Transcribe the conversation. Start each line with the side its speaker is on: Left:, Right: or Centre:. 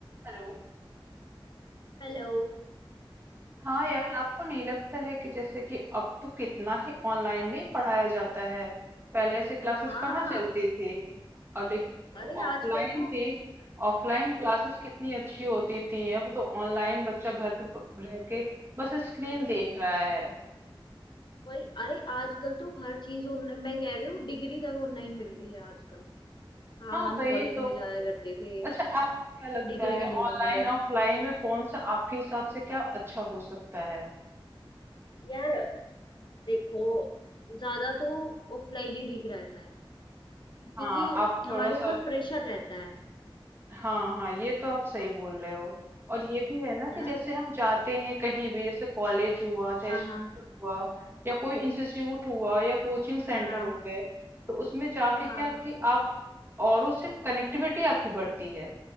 Right: हेलो
Left: Hello
Right: हाँ यार आपको नहीं लगता है कि जैसे कि अब तो कितना ही ऑनलाइन नहीं पढ़ाया जाता है पहले ऐसी क्लासेस
Left: हाँ
Right: कहाँ चलती थी और लेकिन जो
Left: अरे
Right: ऑफलाइन
Left: आजकल तो
Right: थी ऑफलाइन क्लासेस कितनी अच्छी होती थी अब तो ऑनलाइन बच्चा घर पे प- रह के बस स्क्रीन
Left: अरे
Right: देख रहा है
Left: भाई अरे आजकल तो हर चीज ऑनलाइन मैं कह रही हूँ डिग्री तक ऑनलाइन मिल रही है आजकल हाँ
Right: हाँ
Left: हम
Right: वही
Left: कॉलेज
Right: तो
Left: में जाया करते थे
Right: अच्छा आपको क्या लगता
Left: डिग्री
Right: है
Left: लेने
Right: ऑनलाइन
Left: के लिए
Right: ऑफलाइन में कौन सा आपके हिसाब से क्या अच्छा हो सकता है
Left: यार देखो ज्यादा तो ऑफलाइन ही ठीक रहता है क्योंकि
Right: हाँ आप थोड़ा
Left: हमारे
Right: सा
Left: ऊपर प्रेशर रहता है
Right: हाँ हाँ ये तो आप सही बोल रहे हो और ये भी है ना
Left: है
Right: कि
Left: ना
Right: जैसे हम जाते हैं कहीं भी जैसे कॉलेज हुआ चाहे
Left: हाँ
Right: स्कूल
Left: हाँ
Right: हुआ या कोई इंस्टीट्यूट हुआ या कोचिंग सेंटर
Left: हाँ हाँ
Right: हो गए तो उसमें जाके
Left: हाँ
Right: क्या कि आप औरों से कनेक्टिविटी आपकी बढ़ती है